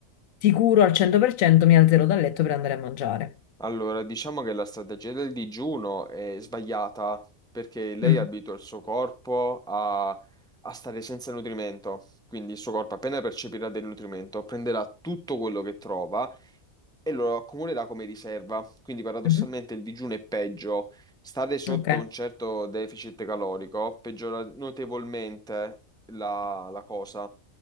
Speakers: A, on the left; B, in the centre.
A: sicuro al 100% mi alzerò dal letto per andare a mangiare.
B: allora diciamo che la strategia del digiuno è sbagliata, perché lei
A: Mm,
B: abitua il suo corpo a, a stare senza nutrimento, quindi il suo corpo appena percepirà del nutrimento prenderà tutto quello che trova e lo accumulerà come riserva. Quindi paradossalmente
A: mhm,
B: il digiuno è peggio. Stare sotto
A: Ok.
B: un certo deficit calorico peggiora notevolmente la, la cosa.